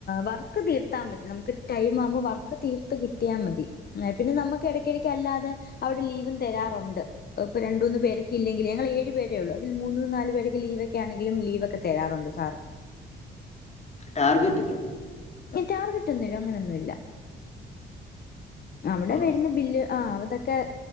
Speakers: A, on the left (about 50°); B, on the left (about 35°).
A: വർക്ക് തീർത്താ മതി നമുക്ക് ടൈം ആവുമ്പോ വർക്ക് തീർത്ത് കിട്ടിയാ മതി. ന്നാ പിന്നെ നമ്മക്ക് ഇടയ്ക്കിടക്ക് അല്ലാതെ അവിടെ ലീവും തരാറുണ്ട്. ഇപ്പൊ രണ്ടൂന്ന് പേരൊക്കെയിലെഗി ഞങ്ങൾ ഏഴു പേരെ ഒള്ളു അതിൽ മൂന്ന് നാല് പേര് ലീവൊക്കെ ആണെിലും ലീവ്ക്കെ തരാപറഞ്ഞു സാർ.
B: ടർഗറ്റ് ഒക്കെ ഉണ്ട്
A: ഹെയ് ടാർഗറ്റ് ഒന്നുമില്ല അങ്ങനൊന്നുമല്ല അവിടെ
B: ഓ
A: വരുന്ന ബില്ല് ആഹ് അതൊക്കെ